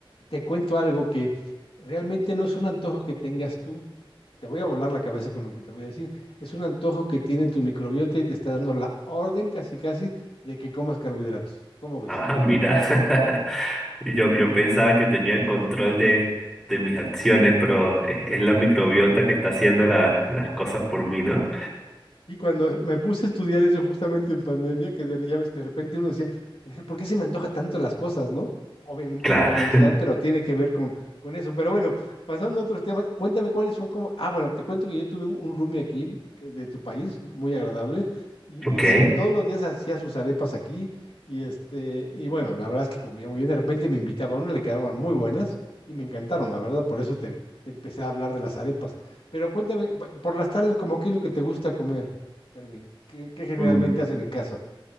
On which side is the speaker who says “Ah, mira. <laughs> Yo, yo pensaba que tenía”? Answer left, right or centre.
Centre